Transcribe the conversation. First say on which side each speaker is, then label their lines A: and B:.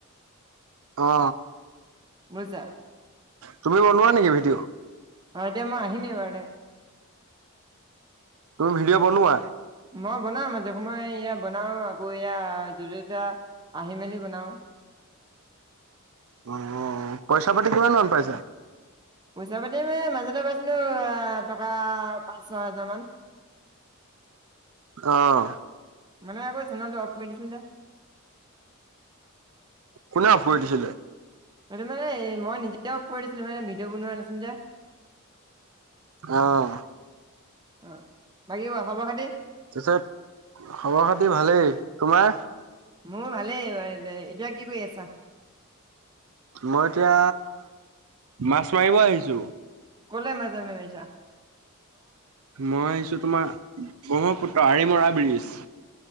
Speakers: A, on the right (about 75°); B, on the right (about 20°).
A: অ
B: বজা
A: তুমি বনোৱা নেকি ভিডিঅ'
B: অ এতিয়া মই আহিম এইবাৰে
A: তুমি ভিডিঅ' বনোৱা
B: মই বনাম আজে সময় ইয়া বনাও আকৌ এয়া যয়া আহি মেলি বনাও
A: আহ পইচা পাতি কিমান মন পাইছা
B: পইচা পাতি মে মাজতে পাইছিলো এ টকা পাঁচ ছ হোজাৰ মান
A: আহ
B: মানে আকৌ চনালো অ কৈ দিছিলে
A: কোনে ফুৰি উ দিছিলে
B: স মানে মই নিজে কৰি দিছিলো মানে ভিডিঅ' বনোৱা নাছিলো যে
A: আহ
B: অ বাকী খব খাতি
A: তাৰিছত খবৰ খাতি ভালেই তোমাৰ
B: মোৰ ভালেই এতিয়া কি কৰি আছা
A: মই এতিয়া মাছ মাৰিব আহিছো
B: কলে মছামমছা
A: মই আহিছো তোমাৰ ব্ৰহ্মপুত্ৰ আৰিমৰা ব্ৰীিজ